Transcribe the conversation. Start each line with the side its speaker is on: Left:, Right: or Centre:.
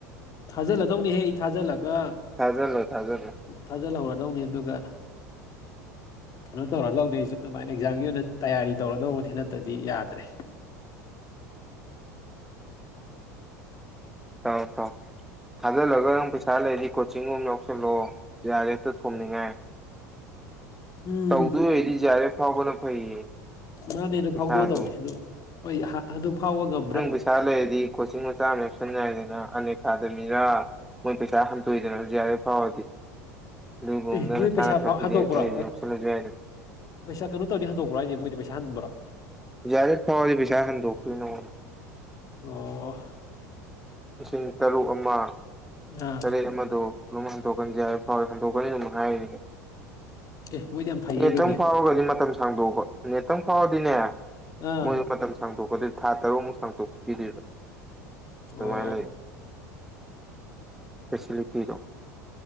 Left: ꯊꯥꯖꯤꯜꯂꯗꯧꯅꯤꯍꯦ ꯑꯩ ꯊꯥꯖꯤꯜꯂꯒ
Centre: ꯊꯥꯖꯜꯂꯣ ꯊꯥꯖꯜꯣ
Left: ꯊꯥꯖꯤꯜꯍꯧꯔꯗꯧꯅꯤ ꯑꯗꯨꯒ ꯀꯩꯅꯣ ꯇꯧꯔ ꯂꯧꯅꯩ ꯑꯩꯁꯨ ꯑꯗꯨꯃꯥꯏꯅ ꯑꯦꯛꯖꯥꯝꯒꯤ ꯑꯣꯏꯅ ꯇꯌꯥꯔꯤ ꯇꯧꯔꯗꯧꯕꯗꯤ ꯅꯠꯇꯗꯤ ꯌꯥꯗ꯭ꯔꯦ
Centre: ꯇ ꯇꯥꯎ ꯊꯥꯖꯤꯜꯂꯒ ꯄꯩꯁꯥ ꯂꯩꯔꯤ ꯀꯣꯆꯤꯡ ꯔꯣꯝ ꯌꯥꯎꯁꯜꯂꯛꯑꯣ ꯗꯤ ꯑꯥꯔꯦꯇ ꯊꯣꯝꯅꯤꯡꯉꯥꯏ
Left: ꯎꯝ
Centre: ꯇꯧꯗꯣꯏ ꯑꯣꯏꯔꯗꯤ ꯖꯤ ꯑꯥꯔ ꯑꯦꯐ ꯐꯥꯎꯕꯅ ꯐꯩꯌꯦ
Left: ꯃꯥꯅꯦ ꯑꯗꯨ
Centre: ꯄꯩꯁꯥꯗꯣ
Left: ꯐꯥꯎꯗꯣꯛꯑꯗꯧꯅꯦ ꯑꯗꯨ ꯍꯣꯏ ꯑꯗꯨꯛ ꯐꯥꯎꯕꯒ
Centre: ꯅꯪ ꯄꯩꯁꯥ ꯂꯩꯔꯗꯤ ꯀꯣꯆꯤꯡ ꯃꯆꯥ ꯑꯃ ꯂꯦꯎꯁꯟꯉꯥꯏꯗꯅ ꯑꯟ ꯑꯦꯀꯥꯗꯃꯤꯔꯥ ꯃꯣꯏ ꯄꯩꯁꯥ ꯍꯟꯇꯣꯛꯏꯗꯅ ꯌꯥꯔꯦ ꯐꯥꯎꯔꯗꯤ ꯑꯂꯨꯕꯣꯝꯗꯅ
Left: ꯑꯦ ꯃꯣꯏ
Centre: ꯁꯥꯔꯀ
Left: ꯄꯩꯁꯥ
Centre: ꯐꯗꯦ
Left: ꯍꯟꯗꯣꯛꯄ꯭ꯔꯣ
Centre: ꯑꯩꯈ ꯌꯥꯎꯁꯜꯂꯁꯨ ꯌꯥꯏꯗꯅ
Left: ꯄꯩꯁꯥ ꯀꯩꯅꯣ ꯇꯧꯗꯤ ꯍꯟꯗꯣꯛꯄ꯭ꯔꯥ ꯍꯥꯏꯗꯤ ꯃꯣꯏꯗ ꯄꯩꯁꯥ ꯍꯟꯕ꯭ꯔꯥ
Centre: ꯌꯥꯖꯔꯦꯠ ꯐꯥꯎꯔꯗꯤ ꯄꯩꯁꯥ ꯍꯟꯗꯣꯛꯇꯣꯏꯅꯣꯉꯣꯟꯗ
Left: ꯑꯣ ꯎꯝ
Centre: ꯂꯤꯁꯤꯡ ꯇꯔꯨꯛ ꯑꯃ
Left: ꯑꯥ
Centre: ꯇꯔꯦꯠ ꯑꯃꯗꯣ ꯑꯗꯨꯝ ꯍꯟꯗꯣꯛꯀꯟꯁꯦ ꯍꯥꯏꯕ ꯐꯥꯎꯔꯦ ꯍꯟꯗꯣꯛꯀꯅꯤ ꯑꯗꯨꯝ ꯍꯥꯏꯔꯤꯅꯦ
Left: ꯑꯦ ꯃꯣꯏꯗꯤ ꯌꯥꯝ ꯐꯩꯌꯦ
Centre: ꯅꯦꯠꯇꯪ
Left: ꯑꯗꯨꯗꯤ
Centre: ꯐꯥꯎꯔꯒꯗꯤ ꯃꯇꯝ ꯁꯥꯡꯗꯣꯛꯄ ꯅꯦꯠꯇꯪ ꯐꯥꯎꯔꯗꯤꯅꯦ
Left: ꯑꯥ
Centre: ꯃꯣꯏꯁꯨ ꯃꯇꯝ ꯁꯥꯡꯗꯣꯛꯀꯗꯣꯏ ꯊꯥ ꯇꯔꯨꯛꯃꯨꯛ ꯁꯥꯡꯇꯣꯛꯄꯤꯗ꯭ꯔꯤꯗꯣ
Left: ꯑꯣ
Centre: ꯑꯗꯨꯉ ꯂꯩ ꯐꯦꯁꯤꯂꯤꯇꯤꯗꯣ